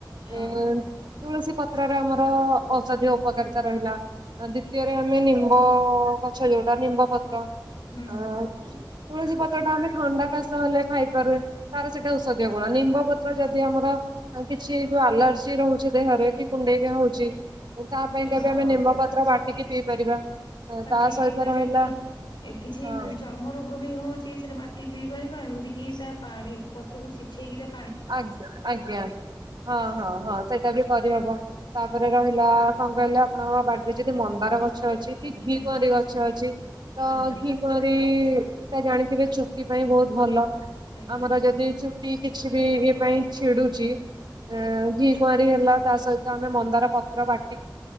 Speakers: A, on the left; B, on the right.
A: ହଁ
B: ଏ ତୁଳସୀ ପତ୍ରରେ ଆମର ଔଷଧୀୟ ଉପକାରିତା ରହିଲା। ଦ୍ଵିତୀୟରେ ଆମେ ନିମ୍ବ ଗଛ ଯୋଉଟା ନିମ୍ବ ପତ୍ର
A: ହୁଁ
B: ଓ ତୁଳସୀ ପତ୍ର ଟା ଆମେ ଥଣ୍ଡା କାଶ ହେଲେ ଖାଇପାରେ ତାର ସେଇଟା ଔଷଧୀୟ ଗୁଣ ନିମ୍ବ ପତ୍ର ଯଦି ଆମର ଆ କିଛି ଯୋଉ ଆଲର୍ଜି ରହୁଛି ଦେହରେ କି କୁଣ୍ଡେଇ ବି ହଉଛି ତା ପାଇଁ ଯଦି
A: ହଁ।
B: ଆମେ ନିମ୍ବପତ୍ର ବାଟିକି ପିଇ ପାରିବା।
A: ବାଟିକି
B: ତା
A: ପିଇ
B: ସହିତ
A: ପାରିବା
B: ରହିଲା
A: କି କିଛି
B: ହଁ
A: ଜିନିଷ ଆମ୍ ରୋଗ ବି ହଉଛି ସେଟ ବାଟି ପିଇ ପାରିବା ଏମିତି କିି ତା ପାଣି ପତ୍ରକୁ ସିଝେଇକିରା
B: ଆଜ୍ଞା ଆଜ୍ଞା ହଁ
A: ସେଇଟା
B: ହଁ
A: ବି
B: ହଁ ସେଟା ବି କରିହବ ତାପରେ ରହିଲା କଣ କହିଲେ ଆପଣଙ୍କ ବାରିରେ ଯୋଉ ସେ ମନ୍ଦାର ଗଛ ଅଛି କି ଘି
A: ଆଜ୍ଞା
B: କୁଆଁରୀ ଗଛ ଅଛି ତ
A: ଆଜ୍ଞା
B: ଘି ଘିଇଂ କାରିଜାଣିଥିବେ ଚୁଟି ପାଇଁ ବହୁତ ଭଲ
A: ଆଜ୍ଞା
B: ଆମର ଯଦି ଚୁଟି କିଛି ବି ଇଏ ପାଇଁ ଛିଡୁଛି ଆ ଘି କୁଆଁରୀ ହେଲା ତା ସହିତ ଆମେ ମନ୍ଦାର ପତ୍ର ବାଟି